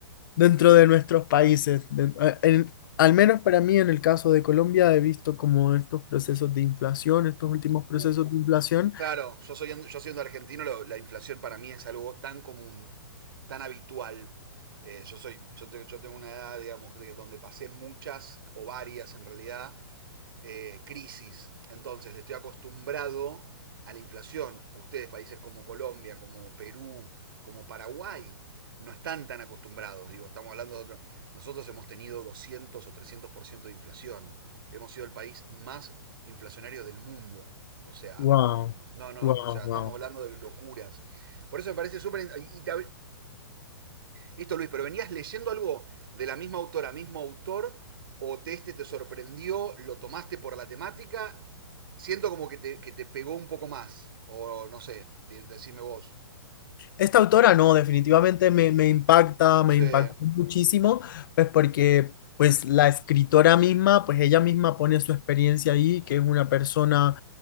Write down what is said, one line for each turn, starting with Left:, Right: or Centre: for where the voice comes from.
Left: dentro de nuestros países. de- a- en- al menos para mí, en el caso de Colombia, he visto como estos procesos de inflación, estos últimos procesos
Right: uh.
Left: de inflación.
Right: Claro, yo, soy, yo siendo argentino, lo- la inflación para mí es algo tan común, tan habitual. Eh, yo, soy, yo, te- yo tengo una edad, digamos, de- donde pasé muchas o varias en realidad eh, crisis. Entonces estoy acostumbrado a la inflación. Ustedes, países como Colombia, como Perú, como Paraguay, no están tan acostumbrados. Digo, estamos hablando de otro. Nosotros hemos tenido 200 o 300% de inflación. Hemos sido el país más inflacionario del mundo. O sea,
Left: Wow,
Right: no, no,
Left: wow,
Right: o sea,
Left: wow.
Right: estamos hablando de locuras. Por eso me parece súper. Y te, esto, Luis, pero venías leyendo algo de la misma autora, mismo autor, o te, este te sorprendió, lo tomaste por la temática, siento como que te, que te pegó un poco más, o no sé, de- decime vos.
Left: Esta autora no, definitivamente me, me impacta,
Right: Sí.
Left: me impactó muchísimo, pues porque pues la escritora misma, pues ella misma pone su experiencia ahí, que es una persona